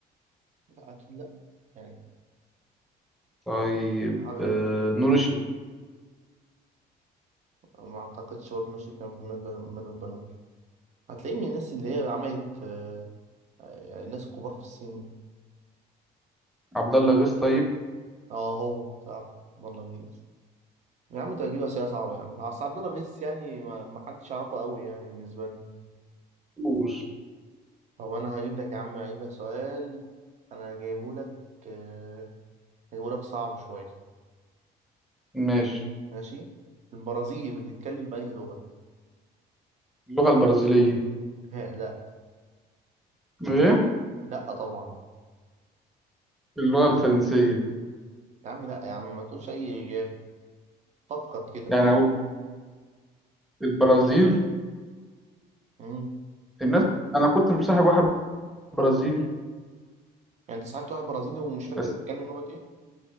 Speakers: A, on the right (about 45°); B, in the centre.
A: لا اكيد لا يعني
B: طيب
A: على
B: آه
A: وجه النظر،
B: نور الشريف
A: ما اعتقدش برضه ماشي كان من مال وبنون هتلاقيه من الناس اللي هي عملت آه، يعني الناس الكبار في السن
B: عبد الله غيث طيب
A: اه هو صح عبد الله غيث يا عم ده هتجيب أسئلة صعبة يا عم أصل عبد الله غيث يعني ما ما حدش يعرفه قوي يعني بالنسبة لي
B: نور
A: طب أنا هجيب لك يا عم هجيب لك سؤال أنا جايبه لك آه، هجيبه لك صعب شوية
B: ماشي
A: ماشي البرازيل بتتكلم بأنهي لغة؟
B: اللغة البرازيلية
A: <laughs> لا
B: ايه
A: لا طبعا
B: اللغة الفرنسية
A: يا عم لا يا عم ما تقولش أي إجابة فكر كده
B: يعني هقول البرازيل
A: فكر
B: الناس أنا كنت مصاحب واحد برازيلي
A: يعني انت صاحبت واحد برازيلي ومش فاكر
B: بس
A: بيتكلم لغة ايه؟